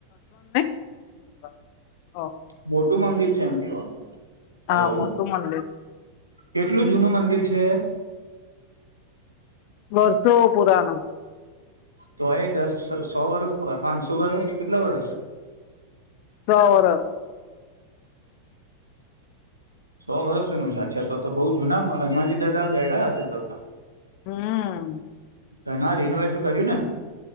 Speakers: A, on the left; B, on the right.
A: <inaudible>
B: મોટું મંદિર છે એમ કવાનું
A: હા
B: હલો
A: મોટું મંદિર
B: કેટલું જૂનું મંદિર છે
A: વર્ષો પુરાના
B: તો એ દસ સો વરસ પાંચસો વર્ષ કેટલા વરસ
A: સો વર્ષ
B: સો વર્ષ જેનું છે છે તો તો બઉુ જુના હનુમાનજી દાદા ગડા હશે તો ત
A: હમ
B: ના ના રિનોવેશન કર્યું ને